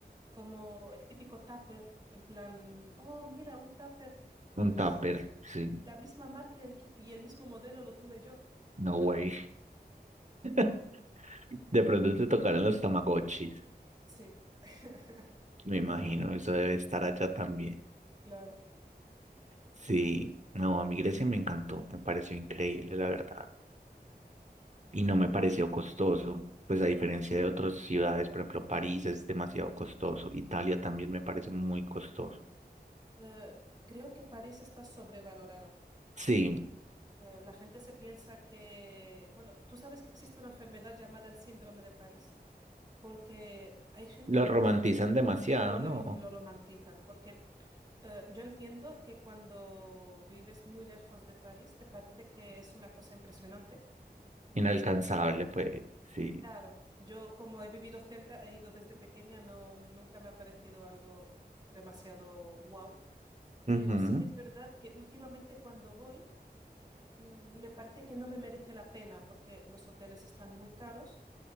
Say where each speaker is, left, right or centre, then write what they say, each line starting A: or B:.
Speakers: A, on the right; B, on the right.
A: como el típico tupper, en plan, oh, mira, un tupper, pero
B: Un tupper,
A: sí,
B: sí.
A: la misma marca y el, y el mismo modelo lo tuve yo
B: No
A: cuando era...
B: way. <laughs> De pronto te tocaron los Tamagotchis.
A: Sí, <laughs>
B: Me imagino, eso debe estar allá también.
A: claro.
B: Sí, no, a mí Grecia me encantó, me pareció increíble, la verdad. Y no me pareció costoso, pues a diferencia de otras ciudades, por ejemplo, París es demasiado costoso, Italia también me parece muy costoso.
A: Eh, creo que París está sobrevalorada.
B: Sí,
A: Eh, la gente se piensa que, bueno, tú sabes que existe una enfermedad llamada el síndrome de París, porque hay gente
B: lo
A: que
B: romantizan demasiado,
A: lo, re-
B: ¿no?
A: lo romantizan, porque eh, yo entiendo que cuando vives muy lejos de París te parece que es una cosa impresionante.
B: Inalcanzable, pues, sí.
A: Claro, yo como he vivido cerca, he ido desde pequeña, no, nunca me ha parecido algo demasiado wow,
B: Ujú.
A: pero sí es verdad que últimamente cuando voy, mm, me parece que no me merece la pena porque los hoteles están muy caros.